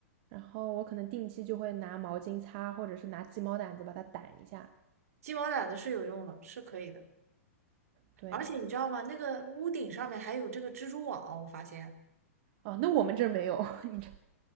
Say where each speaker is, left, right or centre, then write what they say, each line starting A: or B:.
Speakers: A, on the right; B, on the right.
A: 然后我可能定期就会拿毛巾擦，或者是拿鸡毛掸子把它掸一下。
B: 鸡毛掸子是有用的，是可以的。
A: 对，
B: 而且你知道吗？那个屋顶上面还有这个蜘蛛网，我发现，
A: 啊，那我们这儿没有，<laughs> 你这，